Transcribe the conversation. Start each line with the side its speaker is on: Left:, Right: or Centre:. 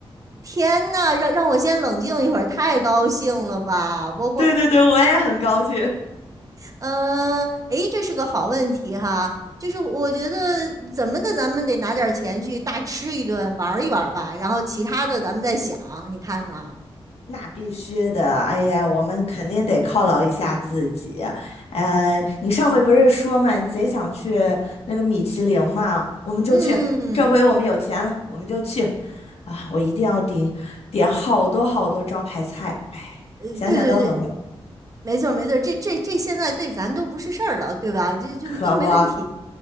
Right: 天呐，让让我先冷静一会儿，太高兴了吧！我我
Left: 对对对，我也很高兴。
Right: 嗯，哎，这是个好问题哈。就是我觉得怎么的，咱们得拿点钱去大吃一顿，玩一玩吧，然后其他的咱们再想。你看呢？
Left: 那必须的，哎呀，我们肯定得犒劳一下自己。呃，你上回不是说嘛，你贼想去那个米其林嘛，我们就去。
Right: 嗯，嗯
Left: 这回我们有钱了，我们就去。啊，我一定要点点好多好多招牌菜，哎，
Right: 呃，
Left: 想想都很美，
Right: 对对对，没错没错这这这现在对咱都不是事儿了，对吧？这这都没问题。
Left: 可不。